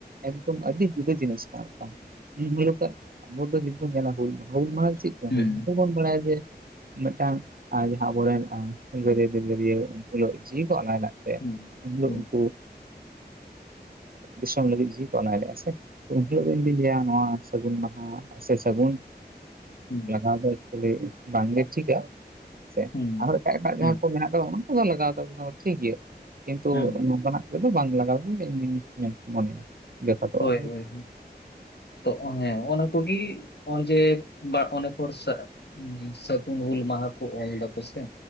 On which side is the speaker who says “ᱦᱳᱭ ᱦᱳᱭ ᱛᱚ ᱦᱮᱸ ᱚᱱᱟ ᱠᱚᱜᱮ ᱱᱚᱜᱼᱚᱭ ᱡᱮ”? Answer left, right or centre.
Left